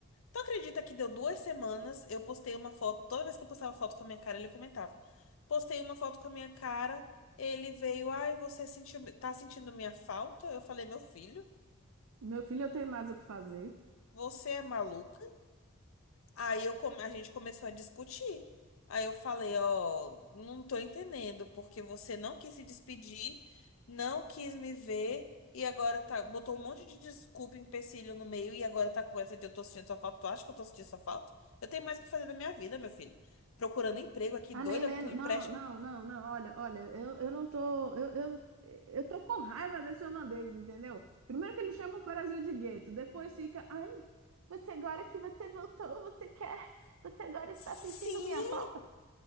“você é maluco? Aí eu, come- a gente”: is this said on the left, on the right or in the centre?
Left